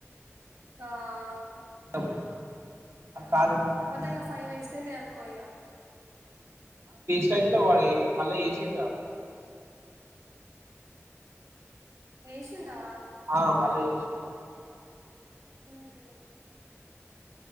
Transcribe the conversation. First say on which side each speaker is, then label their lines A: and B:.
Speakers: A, on the right (about 80°); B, on the right (about 60°).
A: ఆ అవును.
B: <inaudible> కట్
A: మొత్తం
B: అయింది
A: ఇగ ఫైవ్ వేస్ట్టైయితై అనుకో ఇగ
B: లిఫ్ట్ అయిలేవ్ <inaudible> మళ్ళ ఏసిండుగా
A: ఏసిండా..
B: ఆ మళ్ళా చేసిండు
A: ఉహు